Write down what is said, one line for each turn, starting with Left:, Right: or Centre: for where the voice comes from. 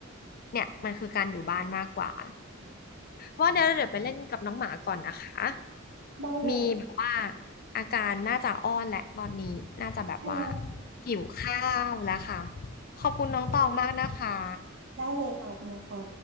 Left: เนี่ยมันคือการอยู่บ้านมากกว่าว่าเดี๋ยวเดี๋ยวไปเล่นกับน้องหมาก่อนนะคะ
Right: ได้เลย
Left: มีแบบว่าอาการน่าจะอ้อนแหละตอนนี้น่าจะแบบว่า
Right: อ๋อ
Left: หิวข้าวแล้วค่ะขอบคุณน้องตองมากนะคะ
Right: โอเคได้เลยค่ะคุณนะคะ